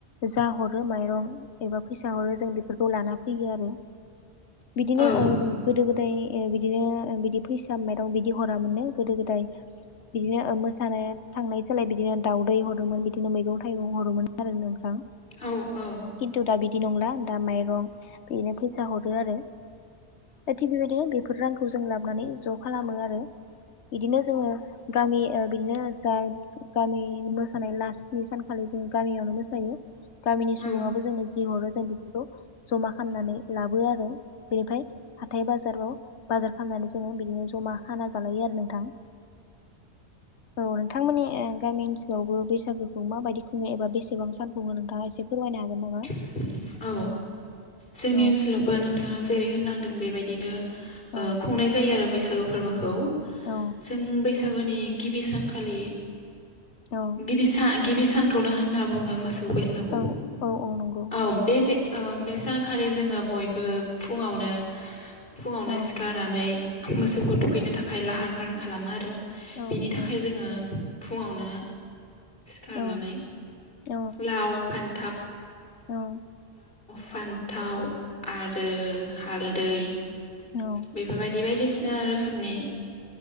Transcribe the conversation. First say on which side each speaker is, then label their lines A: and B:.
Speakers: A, on the left (about 75°); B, on the left (about 50°).
A: जा हरो माइरं एबा फैसा हरो जों बेफोरखौ लाना फैयो आरो। बिदिनो
B: औ
A: गोदो गोदाय ओ बि दिनो बिदि फैसा माइरं बिदि हराोननो गोदो गोदाय बिदिनो मोसानो थांनाय जोलाय बिदिनो दाउदै हरोमोन बिदिनो मैगं थाइगं हरोमोन आरो नोंथां।
B: औ औ
A: खिन्थु दा बिदि नंला दा माइरं बिदिनो फैसा हरो आरो । दा थिग बेबायदिनो बेफोर रांखौ जों लाबोनानै ज' खालामो आरो । बिदिनो जोङो गामि ओ बिदिनो जा गामि मोसानाय लास स्नि सानखालि जोङो गामियावनो मोसायो गामिनि सुबुङाबो
B: औ
A: जोंनो जि हरो जों बेफोरखौ जमा खालामनानै लाबो आरो बेनिफ्राय हाथाय बाजाराव बाजार खालामनानै जोङो बिदिनो जमा खाना जालायो आरो नोंथां। औ नोंथां । नोंथांमोननि गामि ओनसोलावबो बैसागोखौ माबायदि खुङो एबा बेसेबां सान खुङो नोंथाङा एसे फोरमायनो हागोन?
B: <inaudible>
A: नामा
B: औ जोंनि
A: औ
B: ओनसोलावबो नोंथाङा जेरै होनलांदों बेबायदिनो ओ
A: औ
B: खुंनाय जायो आरो बैसागु फोरबोखौ।
A: औ
B: जों बैसाग गुनि गिबि सानखालि,
A: औ
B: गिबि सा- गिबि सानखौनो होनना बुङो मोस बैसागु
A: औ औ औ नंगौ
B: औ बे ओ बे सानखालि जोङो बयबो फुङावनो फुङावनो
A: औ
B: सिखारनानै मोसौखौ थुखैनो थाखाय लाहार फाहार खालामो आरो
A: औ
B: बेनि
A: नंगौ
B: थाखाय जोङो फुङावनो सिखारनानै
A: औ औ
B: लाव फान
A: औ
B: फान्थाव आरो हालदै
A: औ
B: बेफोरबायदि बायदिसि ना रोखोमनि